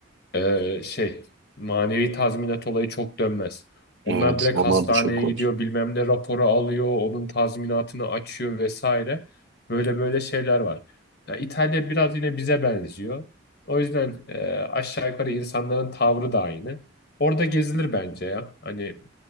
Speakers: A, on the left; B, on the right.
A: ee, şey manevi tazminat olayı çok dönmez. Onlar
B: evet.
A: direkt
B: Onlar
A: hastaneye
B: da çok korkunç.
A: gidiyor, bilmem ne raporu alıyor, onun tazminatını açıyor vesaire. Böyle böyle şeyler var. Ya İtalya biraz yine bize benziyor. O yüzden ee, aşağı yukarı insanların tavrı da aynı. Orada gezilir bence ya. Hani